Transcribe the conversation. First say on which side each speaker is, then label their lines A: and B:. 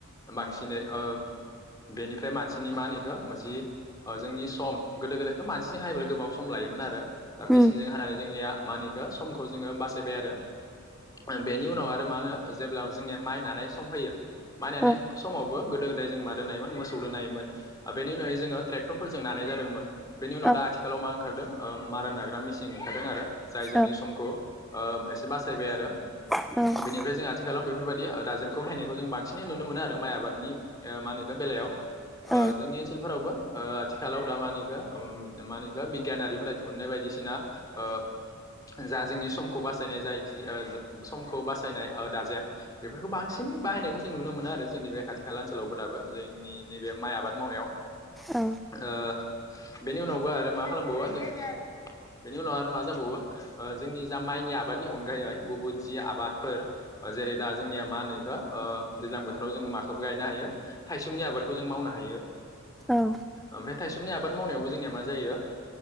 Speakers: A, on the left; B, in the centre.
A: बांसिनै ओं बेनिफ्राय मानसिनि मानि जि जोंनि सम गोदो गोदायथ' मानसिजों हायोब्ला गोबां सम लायोमोन आरो। दा
B: उम
A: मिसिनजों हानानै जोंनिया मा होनो बेखौ समखौ जोङो बासायबाय आरो बे बेनि उनाव आरो मा होनो जेब्ला जोंनिया माइ नानाय सम फैयो माइ नानाय
B: औ
A: समाव गोदो गोदाय जों मादों नायोमोन मोसौजों नायोमोन आरो बेनि उनावै जोङो ट्रेक्टरफोरजों नानाय जादोंमोन। बेनि उनाव
B: औ
A: दा आथिखालाव मा ओंखारदों ओं मारा नाग्रा मेसिन ओंखारदों आरो जाय
B: औ
A: जोंनि समखौ ओं एसे बासायबाय आरो
B: औ
A: बेनिफ्राय जों आथिखालाव बेफोरबायदि दाजेमखौ बाहायनायखौ जों बांसिनै नुनो मोनो आरो माइ आबादनि ओं मा होनो बेखौ बेलायाव ओं
B: औ
A: जोंनि ओनसोलफोरावबो ओं आथिखालाव दा मा होनो बेखौ मा होनो बेखौ बिगियानारिफोरा दिहुननाय बायदिसिना ओ जा जोंनि समखौ बास सायनाय जाय समखौ बासायनाय ओं दाजेम बेफोरखौ बांसिनै बाहायनायखौ जों नुनो मोनो आरो जों जोंनि बे खाथि खाला ओनसोलावबो दाबो जोंनि नैबे माइ आबाद मावनायाव
B: औ
A: ओं बेनि उनावबो आरो मा खालामबावो जों बेनि उनाव आरो मा जाबावो ओं जोंनि जा माइनि आबाद आबादनि अनगायै गुबुन जि आबादफोर जेरै दा जोंनिया मा होनो बेखौ ओं दैज्लां बोथोराव जोङो गायनो हायो थाइसुमनि आबादखौ जों मावनो हायो
B: औ
A: ओमफ्राय थाइसुमनि आबाद आबाद मावनायावबो जोंनिया मा जायो